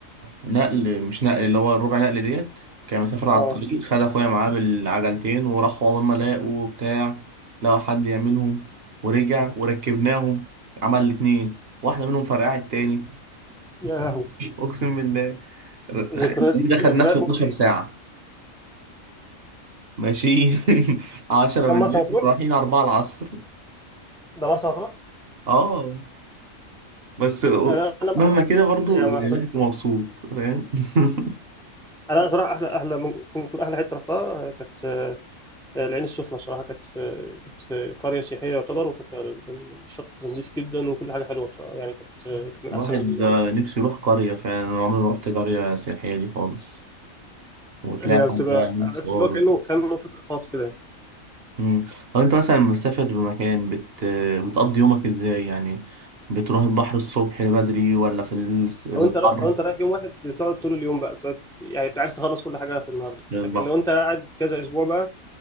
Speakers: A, on the right; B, in the centre.
A: نقل مش نقل اللي هو الربع نقل ديت كان مسافر على
B: اه
A: الطريق خد أخويا معاه بالعجلتين وراحوا عقبال ما لاقوا بتاع لقوا حد يعملهم ورجع وركبناهم عمل الاتنين واحدة منهم فرقعت التاني
B: يا لهوي
A: أقسم بالله ر-
B: ذكريات
A: الطريق ده خد
B: ذكريات
A: نفسه 12
B: مؤذية
A: ساعة ماشيين <laughs> 10 بالليل
B: كم مرسى مطروح؟
A: رايحين 4 العصر
B: ده مرسى مطروح؟
A: اه بس
B: انا انا ما
A: مهما
B: حضرتش
A: كده برضو
B: يعني
A: يعني
B: ما حصل...
A: الواحد مبسوط فاهم <laughs>
B: انا صراحة احلى احلى ممكن تكون احلى حتة رحتها آه، كانت آه، العين السخنة صراحة كانت في كانت في قرية سياحية يعتبر وكانت ال- ال- الشط نظيف جدا وكل حاجة حلوة بصراحة يعني كانت آه، كانت من
A: الواحد
B: احسن ال...
A: آه، نفسه يروح قرية فعلا أنا عمري ما رحت قرية سياحية دي خالص وتلاقي
B: هي
A: حد
B: بتبقى
A: بقى يعمل
B: عارف
A: فطار
B: اللي هو كأنه كأنه شاطئ خاص كده يعني.
A: مم. طب أنت مثلا مسافر في مكان بت... بتقضي يومك إزاي يعني بتروح البحر الصبح بدري ولا في ال- الحر
B: لو انت را- لو انت رايح يوم واحد بتقعد طول اليوم بقى بتقعد يعني بتبقى عايز تخلص كل حاجة في النهاردة
A: في البحر
B: لكن لو انت قاعد كذا اسبوع بقى